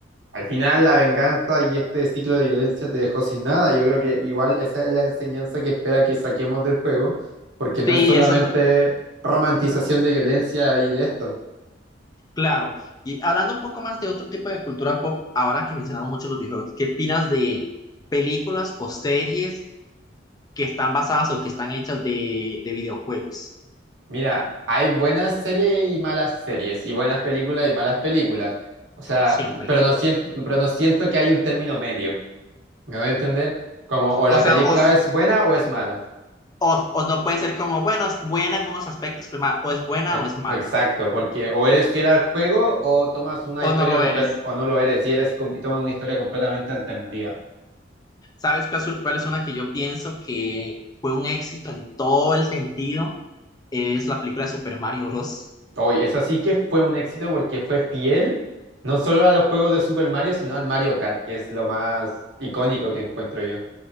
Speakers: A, on the right; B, on the left.
A: al final la venganza y este ciclo de violencia te dejó sin nada. Yo creo que igual esa es la enseñanza que espera que saquemos del juego, porque no
B: Sí,
A: es solamente
B: eso es lo-
A: romantización de violencia y de esto.
B: claro. Y hablando un poco más de otro tipo de cultura pop, ahora que mencionamos mucho los videojuegos, ¿qué opinas de películas o series que están basadas o que están hechas de, de videojuegos?
A: Mira, hay buenas series y malas series, y buenas películas y malas películas. O sea,
B: Siempre.
A: pero no siento, pero no siento que hay un término medio. ¿Me voy a entender? Como o la
B: O sea,
A: película
B: os,
A: es buena o es mala.
B: os- os no puede ser como, bueno, es buena en unos aspectos, pero ma- o es buena
A: Ex-
B: o es
A: Exacto,
B: mala,
A: porque o eres fiel al juego o tomas una
B: o
A: historia
B: no lo
A: completa,
B: eres.
A: o no lo eres, y eres com- y tomas una historia completamente alternativa.
B: ¿Sabes cuál es, cuál es una que yo pienso que fue un éxito en todo el sentido? Es la película de Super Mario Bros.
A: Hoy esa sí que fue un éxito porque fue fiel no solo a los juegos de Super Mario, sino al Mario Kart, que es lo más icónico que encuentro yo.